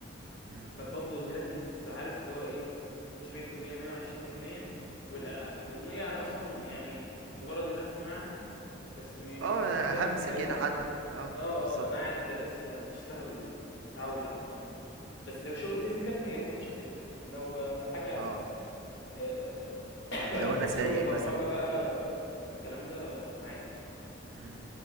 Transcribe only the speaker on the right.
مم.
اه
همس
كده
حتى اه
بالظبط
اه
لو انا سايق
مثلا
م-